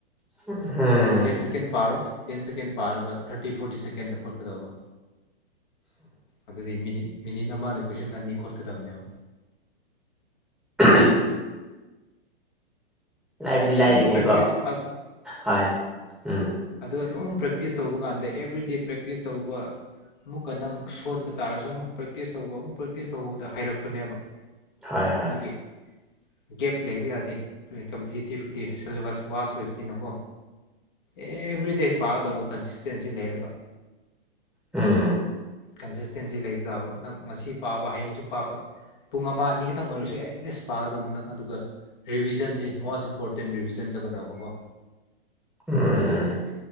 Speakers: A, in the centre; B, on the left (about 50°).
A: <unintelligible>
B: ꯇꯦꯟ ꯁꯦꯀꯦꯟ ꯄꯥꯔꯣ ꯇꯦꯟ ꯁꯦꯀꯦꯟ꯫ ꯄꯥꯔꯒ ꯊꯥꯔꯇꯤ ꯐꯣꯔꯇꯤ ꯁꯦꯀꯦꯟꯗ ꯈꯣꯠꯀꯗꯧꯕ ꯑꯗꯨꯗꯤ ꯃꯤꯅꯤꯠ ꯃꯤꯅꯤꯠ ꯑꯃꯗ ꯀꯣꯏꯁꯟ ꯑꯅꯤ ꯈꯣꯠꯀꯗꯕꯅꯦꯕ
A: <inaudible> ꯂꯥꯏꯕꯗꯤ
B: ꯑꯗꯣ
A: ꯂꯥꯏꯗꯤꯅꯦꯀꯣ
B: ꯑꯗꯨꯝ ꯄ꯭ꯔꯦꯛꯇꯤꯁ
A: ꯍꯣꯏ ꯎꯝ
B: ꯑꯗꯨ ꯑꯗꯨꯝ ꯄ꯭ꯔꯦꯛꯇꯤꯁ ꯇꯧꯕ ꯀꯥꯟꯗ ꯑꯦꯕ꯭ꯔꯤꯗꯦ ꯄ꯭ꯔꯦꯛꯇꯤꯁ ꯇꯧꯕ ꯑꯃꯨꯛꯀ ꯅꯪ ꯁꯣꯟꯕ ꯇꯥꯔꯁꯨ ꯑꯃꯨꯛ ꯄ꯭ꯔꯦꯛꯇꯤꯁ ꯇꯧꯕ ꯑꯃꯨꯛ ꯄ꯭ꯔꯦꯛꯇꯤꯁ ꯇꯧꯕꯗ ꯍꯩꯔꯛꯄꯅꯦꯕ
A: ꯍꯣꯏ ꯍꯣꯏ
B: ꯑꯗꯒꯤ ꯒꯦꯞ ꯂꯩꯕ ꯌꯥꯗꯦ ꯇꯤꯐ ꯁꯤꯂꯦꯕꯁ ꯚꯥꯁ ꯑꯣꯏꯕꯅꯤꯅꯀꯣ ꯑꯦꯕ꯭ꯔꯤꯗꯦ ꯄꯥꯒꯗꯧꯕ ꯀꯟꯁꯤꯁꯇꯦꯟꯁꯤ ꯂꯩꯔꯒ
A: ꯎꯝ
B: ꯀꯟꯁꯤꯁꯇꯦꯟꯁꯤ ꯂꯩꯕ ꯇꯥꯕ ꯅꯪ ꯉꯁꯤ ꯄꯥꯕ ꯍꯌꯦꯡꯁꯨ ꯄꯥꯕ ꯄꯨꯡ ꯑꯃ ꯑꯅꯤ ꯈꯛꯇꯪ ꯑꯣꯏꯔꯁꯨ ꯑꯦꯠꯂꯤꯁ ꯄꯥꯒꯗꯧꯕ ꯅꯪ ꯑꯗꯨꯒ ꯔꯤꯚꯤꯖꯟꯁꯤ ꯃꯣꯁ ꯏꯝꯄꯣꯔꯇꯦꯟ ꯔꯤꯚꯤꯖꯟ ꯆꯠꯒꯗꯧꯕꯀꯣ
A: ꯎꯝ ꯎꯝ